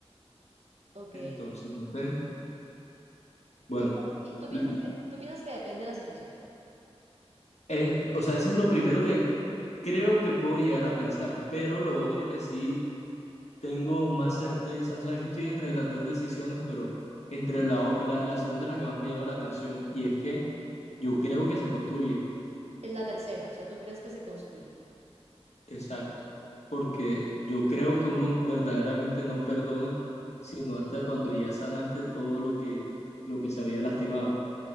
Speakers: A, on the right; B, on the left.
A: ok.
B: Entonces, no sé, bueno,
A: O sea, pi- tú piensas
B: l-
A: que, tú piensas que depende de la situación.
B: eh, o sea, eso es lo primero que creo que puedo llegar a pensar, pero lo otro que sí tengo más certeza, o sea, es que estoy entre las dos decisiones, pero entre la, o- la, la segunda es la que más me llama la atención y es que yo creo que se construye.
A: Es la tercera, o sea, tú crees que se construye.
B: Exacto, porque yo creo que uno verdaderamente no perdona, sino hasta cuando ya sanaste todo lo que, lo que se había lastimado.